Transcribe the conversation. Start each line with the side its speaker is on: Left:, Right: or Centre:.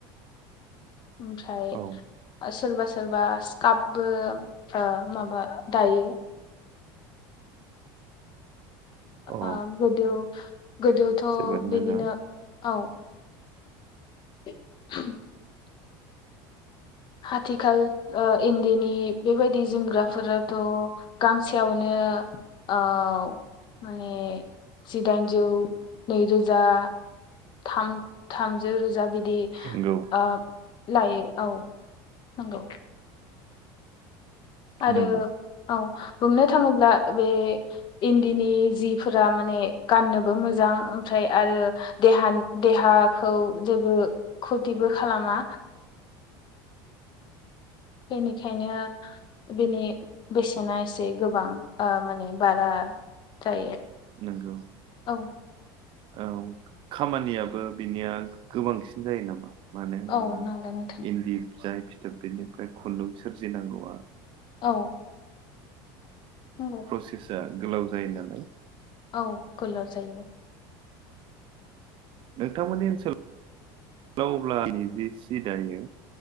Left: ओमफ्राय
Right: औ
Left: सोरबा सो सोरबा स्कापबो ओ माबा दायो।
Right: अ
Left: ओ गोदो गोदोथ'
Right: जोबोद मोजां
Left: बिदिनो औ <inaudible> हाथिखाल ओ इन्दिनि बेबायदि जोमग्राफोराथ' गांसेयावनो ओ औ माने जिदाइनजौ, नै रोजा। थाम-थामजौ रोजा बिदि
Right: नंगौ
Left: ओ लायो औ। नंगौ। आरो
Right: नंगौ
Left: औ। बुंनो थाङोब्ला बे इन्दिनि जिफोरा माने गाननोबो मोजां ओमफ्राय आरो देहानि देहाखौ जेबो खुथिबो खालामा। बेनिखायनो बेनि बेसेना एसे गोबां ओ माने बारा जायो।
Right: नोंगौ।
Left: औ
Right: औ खामानियाबो बिनिया गोबांसिन जायो नामा? मानो होनोब्ला
Left: औ नंगौ नोंथां
Right: इन्दि जाय फिथोब बेनिफ्राय खुन्दुं सोरजिनांगौआ
Left: औ। नंगौ
Right: प्रसेसा गोलाव जायो नालाय।
Left: औ गोलाव जायो।
Right: नोंथांमोननि ओनसोलाव अब्ला दिनैजि सि दायो